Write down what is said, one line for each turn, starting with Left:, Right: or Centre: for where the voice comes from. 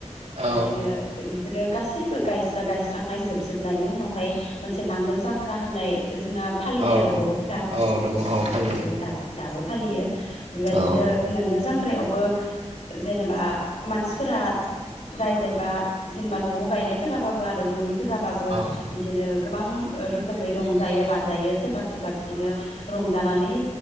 Right: औ
Left: ओंखायनो बेफ बिफोरो गासैबो गायस्रा गायस्रांनाय जोबजोबनायनि उनावहाय मोनसे नांगोल जांख्रा होननाय जोंना फालियो
Right: औ
Left: आरो बर'फोरा
Right: औ दङ औ फालियो
Left: दाबो फालियो बेबायदिनो
Right: औ
Left: नांगोल जां ख्रायावबो जेनेबा मानसिफोरा जाय जायबा जेनेबा न'आव गायनायफोराबाबो आरो न'नि गोजाबाबो
Right: औ
Left: बिदिनो गोबां रोखोमै रंजायो बाजायो सोरबा सोरबा बिदिनो रंजानानै